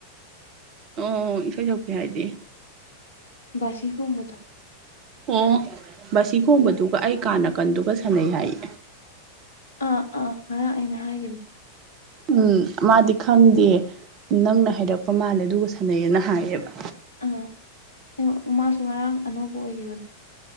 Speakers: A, on the right (about 35°); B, on the left (about 70°).
A: ꯑꯣ ꯏꯁꯩ ꯁꯛꯄꯤ ꯍꯥꯏꯗꯤ
B: ꯕꯥꯁꯤ ꯈꯣꯡꯕꯗꯣ
A: ꯑꯣ ꯕꯥꯁꯤ ꯈꯣꯡꯕꯗꯨꯒ ꯑꯩ ꯀꯥ ꯅꯥꯀꯟꯗꯨꯒ ꯁꯝꯅꯩ ꯍꯥꯏꯌꯦ
B: ꯑꯥ ꯑꯥ ꯉꯥꯔꯥꯡ ꯑꯩꯅ ꯍꯥꯏꯈꯤꯕꯅꯦ
A: ꯎꯝ ꯃꯥꯗꯤ ꯈꯪꯗꯤꯌꯦ ꯅꯪꯅ ꯍꯥꯏꯔꯛꯄ ꯃꯥꯜꯂꯦ ꯑꯗꯨꯒ ꯁꯥꯟꯅꯩꯌꯦꯅ ꯍꯥꯏꯌꯦꯕ
B: ꯑꯥ ꯃꯥꯁꯨ ꯉꯔꯥꯡ ꯑꯅꯧꯕ ꯑꯣꯏꯈꯤꯕꯅꯦ